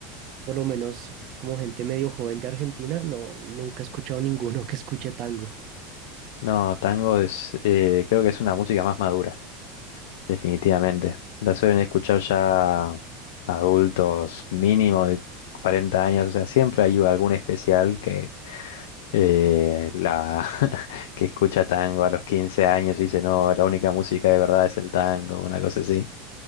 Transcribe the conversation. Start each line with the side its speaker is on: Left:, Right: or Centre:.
Right: por lo menos como gente medio joven de Argentina, no, nunca he escuchado <laughs> ninguno que escuche tango.
Left: No, tango es, eh, creo que es una música más madura, definitivamente. La suelen escuchar ya adultos mínimo de 40 años, o sea, siempre hay algún especial que eh, la <laughs> que escucha tango a los 15 años y dice, no, la única música de verdad es el tango, una cosa así.